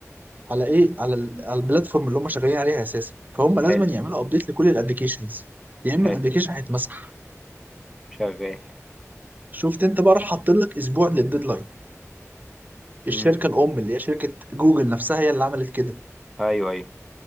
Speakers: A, on the right; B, in the centre.
A: على ايه على ال- على البلاتفورم اللي هم شغالين عليها اساسا فهم
B: حلو
A: لازم يعملوا ابديت لكل الابلكيشنز يا
B: حلو
A: اما الابلكيشن هيتمسح
B: شغال
A: شفت انت بقى راح حاطين لك اسبوع للديدلاين
B: امم
A: الشركه الام اللي هي شركه جوجل نفسها هي اللي عملت كده
B: ايوه ايوه